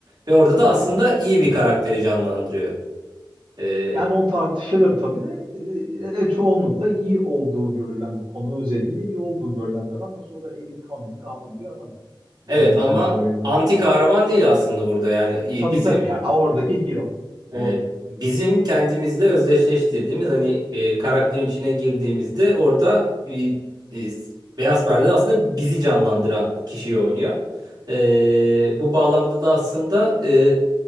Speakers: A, on the right (about 50°); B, on the right (about 70°).
A: Ve orada da aslında iyi bir karakteri canlandırıyor. E,
B: Yani o tartışılır tabii de e, e, çoğunlukla iyi olduğu görülen, konu özelinde iyi olduğu görülen bir adam. Yoksa o da eli kanlı katil bir adam.
A: evet
B: Genel
A: ama
B: çerçeveye baktığımızda.
A: anti kahraman değil aslında burada yani iyi
B: Tabii
A: bizim
B: tabii ya oradaki hero. Doğru.
A: E, bizim kendimizle özdeşleştirdiğimiz hani e, karakterin içine girdiğimizde orada e, e, beyaz perdede aslında bizi canlandıran kişiyi oynuyor. E, bu bağlamda da aslında e,